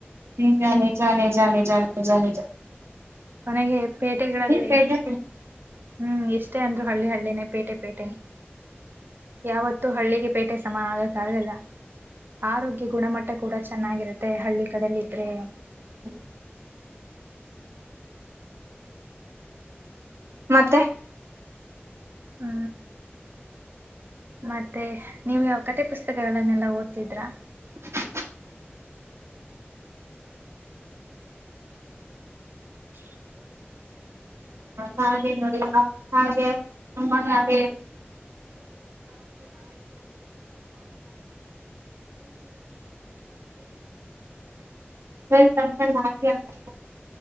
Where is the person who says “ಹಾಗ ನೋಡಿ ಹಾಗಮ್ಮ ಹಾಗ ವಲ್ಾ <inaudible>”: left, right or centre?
Right